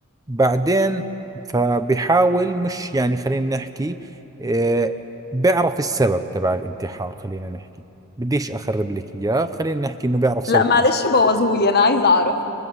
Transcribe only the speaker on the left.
لا
معلش بوظهولي انا عايزة اعرف